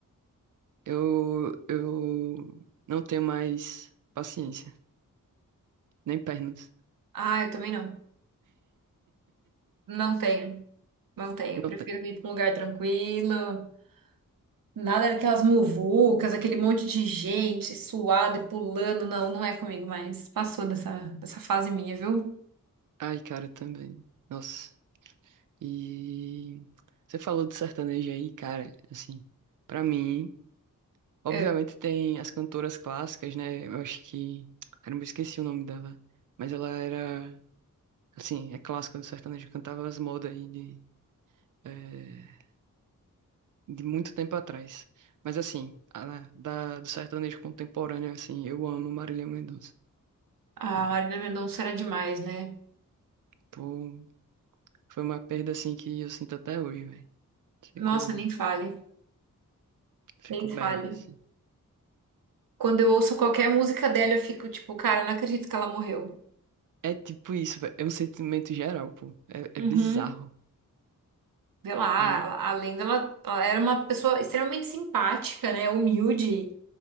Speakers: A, on the right (about 65°); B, on the right (about 80°).
A: Eu, eu não tenho mais paciência, nem pernas.
B: Ah, eu também não. Não tenho, não tenho.
A: Não
B: Eu prefiro
A: tenho.
B: ir para um lugar tranquilo. Nada daquelas muvucas, aquele monte de gente suada e pulando. Não, não é comigo mais. Passou dessa, dessa fase minha, viu?
A: Ai, cara, eu também. Nossa. E você falou de sertanejo aí, cara, assim, pra mim, obviamente
B: É.
A: tem as cantoras clássicas, né? Eu acho que, cara, eu me esqueci o nome dela, mas ela era. Sim, é clássico do sertanejo. Cantava as modas aí de, eh, de muito tempo atrás. Mas assim, a- da, do sertanejo contemporâneo, assim, eu amo Marília Mendonça.
B: Ah,
A: Cara,
B: A Marina Mendonça era demais, né?
A: pô, foi uma perda, assim, que eu sinto até hoje, velho. Fico,
B: Nossa, nem fale.
A: fico
B: Nem
A: bad,
B: fale.
A: assim.
B: Quando eu ouço qualquer música dela, eu fico tipo, cara, eu não acredito que ela morreu.
A: É tipo isso, velho. É um sentimento geral, pô. É,
B: Uhum.
A: é bizarro.
B: Sei lá,
A: E
B: a a lenda, ela, ela era uma pessoa extremamente simpática, né? Humilde.